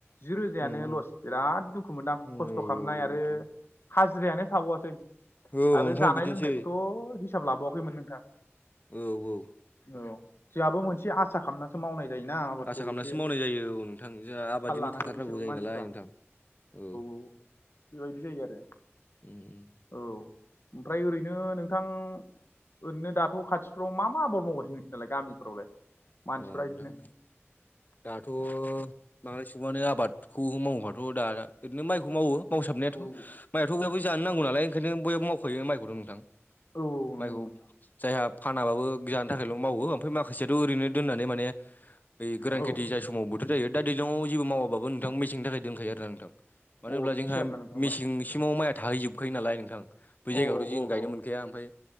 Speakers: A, on the left (about 55°); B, on the left (about 40°).
A: जि रोजायानो
B: उम उम
A: लस बिराद दुखु मोनदां
B: उम
A: खस्थ'
B: औ
A: खामनाय
B: औ
A: आरो
B: नोंथां
A: हाजिरायानो थाबावासै
B: औ
A: आरो
B: नोंथां
A: जानाय
B: बिदिनोसै
A: लोंनायखौथ' हिस -साब लाबावाखैमोन नोंथां।
B: औ औ।
A: औ जोंहाबो मोनसे आसा खालामनासो मावनाय जायोना। आबादखौ
B: आसा खामनासो
A: एसे
B: मावनाय जायो औ नोंथां जोंहा आबादजोंनो
A: थाल लानांगौ
B: थाथारनांगौ
A: बिसोरबो
B: जायो
A: मानसिफ्रा
B: नालाय नोंथां औ।
A: औ बेबायदि जायो आरो।
B: उम
A: औ ओमफ्राय ओरैनो नोंथां। ओरैनो दाथ' खाथिफ्राव मा मा आबाद मावगासिनो नोंसोरनालाय गामिफ्रावलाय मानसिफ्रा
B: अ
A: इदिनो
B: नोंथां। दाथ' बांद्राय सुबुङानो आबादखौ मावोबाथ' दा ओरैनो माइखौ मावो। मावसाबनायाथ'
A: औ
B: माइयाथ' बहाबो जानो नांगौ नालाय ओंखायनो बयहाबो मावखायो माइखौथ' नोंथां।
A: औ औ नंगौ
B: माइखौ
A: नंगौ नोंथां
B: जायहा फानाबाबो जानो थाखायल' मावो ओमफ्राय माखासेयाथ' ओरैनो। दोननानै माने बै गोरान
A: औ
B: खेथि जायै समावबो जायो दा दैज्लाङाव जेबो मावाबो नोंथां मेसेंनि थाखाय दोनखायो आरोना नोंथां। मानो
A: अ
B: होनोब्ला
A: बिदिसो
B: जोंहा
A: आरोना नोंथां होमबा
B: मेसेंसिमाव माइया थाहैजोबखायो नालाय नोंथां। बै जायगायावथ'
A: अ
B: जों
A: अ
B: गायनो
A: अ
B: मोनखाया ओमफ्राय